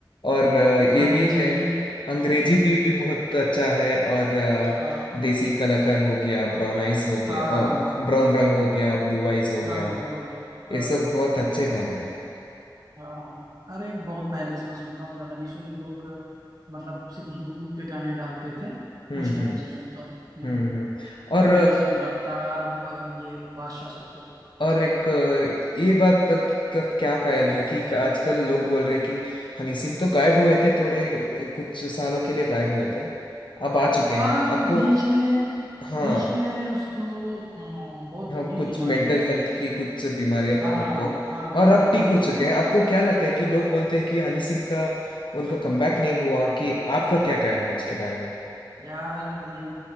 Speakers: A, on the left; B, on the right.
A: और अ, ये
B: अंग्रेजी
A: भी है
B: बीट
A: अंग्रेजी बीट भी बहुत अच्छा है और अ,
B: हाँ
A: देसी कलाकार हो गया ब्राउन आइज हो गया
B: हाँ हाँ
A: ब्राउन रंग हो गया ब्लू आइज हो गया
B: ब्राउन रंग हो गया हाँ
A: ये सब
B: हाँ
A: बहुत अच्छे गाने हैं
B: हाँ अरे बहुत पहले से मैं सुनता हूँ जब हनी सिंह लोग मतलब सिर्फ यूट्यूब पे गाने डालते थे
A: हम्म
B: उस टाइम
A: हम्म
B: से सुनता हूँ हम्म,
A: हम्म हम्म और
B: हनी सिंह रफ्तार और अ, ये बादशाह सबको
A: और एक अ, ये बात तक का क्या कायल है कि आजकल लोग बोल रहे हैं कि हनी सिंह तो गायब हुए थे थोड़े कुछ सालों के लिए गायब हुए थे अब आ चुके
B: हाँ
A: हैं आपको
B: बीच में
A: हाँ
B: बीच में उसको अ, बहुत
A: हाँ
B: बुरी
A: कुछ
B: बीमारी
A: मेंटल
B: हो गई
A: हेल्थ
B: थी
A: की कुछ बीमारियां
B: हाँ
A: था उनको
B: हाँ बीमारी
A: और अब
B: हो
A: ठीक
B: गई
A: हो चुके
B: थी तो
A: हैं आपको क्या लगता है कि लोग बोलते हैं कि हनी सिंह का उनका कमबैक नहीं हुआ कि आपका क्या कायल है उसके बारे में
B: यार ये